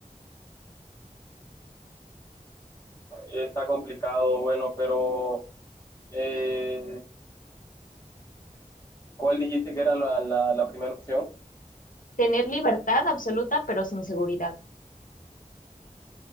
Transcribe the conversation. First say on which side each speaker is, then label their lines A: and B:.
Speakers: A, on the left (about 20°); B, on the left (about 75°).
A: Está complicado, bueno, pero eh, ¿cuál dijiste que era la, la, la primera opción?
B: Tener libertad absoluta pero sin seguridad.